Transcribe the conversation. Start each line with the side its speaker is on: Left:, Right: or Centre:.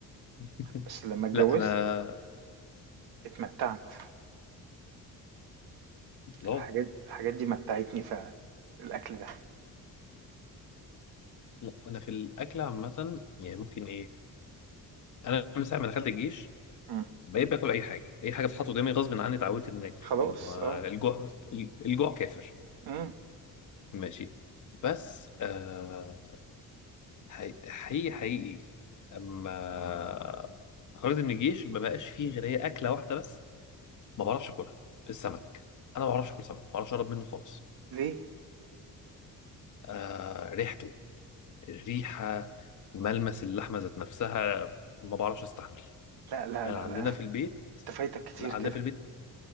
Left: <laughs>
Right: بس لما اتجوزت
Left: لا أنا
Right: اتمتعت
Left: لا
Right: الحاجات الحاجات دي متعتني فعلا الاكل ده
Left: لا أنا في الأكل عامة يعني ممكن إيه أنا من ساعة ما دخلت الجيش
Right: مم.
Left: بقيت باكل اي حاجه اي حاجه بتتحط قدامي غصب عني اتعودت ان اكل
Right: خلاص
Left: ما
Right: اه
Left: الجوع الجوع كافر
Right: مم.
Left: ماشي بس آه حقيقي حقيقي حقيقي اما خرجت من الجيش ما بقاش فيه غير هي اكله واحده بس ما بعرفش اكلها السمك انا ما بعرفش اكل سمك ما بعرفش اقرب منه خالص
Right: ليه
Left: آه ريحته الريحه ملمس اللحمه ذات نفسها ما بعرفش استحمل
Right: لا لا
Left: انا
Right: لا
Left: عندنا
Right: لا انت
Left: في البيت
Right: فايتك كتير
Left: لا عندنا
Right: كده
Left: في البيت